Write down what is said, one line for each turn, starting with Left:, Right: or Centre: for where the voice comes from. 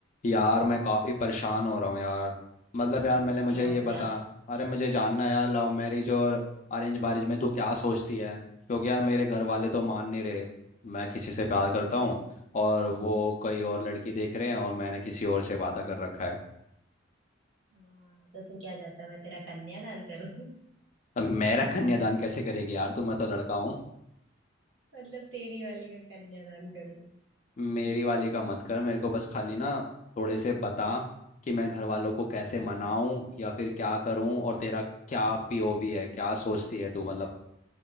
Left: यार मैं काफ़ी परेशान हो रहा हूँ यार मतलब यार मैंने मुझे
Right: क्या
Left: ये
Right: हो गया
Left: बता अरे मुझे जानना है यार लव मैरिज और अरेंज मैरिज में तू क्या सोचती है क्योंकि यार मेरे घर वाले तो मान नहीं रहे मैं किसी से प्यार करता हूँ और वो कोई और लड़की देख रहे हैं और मैंने किसी और से वादा कर रखा है
Right: हाँ तो तू क्या चाहता है मैं तेरा कन्यादान करूं <laughs>
Left: अब मेरा कन्यादान कैसे करेगी यार तू मैं तो लड़का हूँ
Right: मतलब तेरी वाली का कन्यादान करूं
Left: मेरी
Right: <laughs>
Left: वाली का मत कर मेरे को बस खाली ना थोड़े से बता कि मैं घर वालों को कैसे
Right: हम्म
Left: मनाऊं या फिर क्या करूं और तेरा क्या पीओवी है क्या सोचती है तू मतलब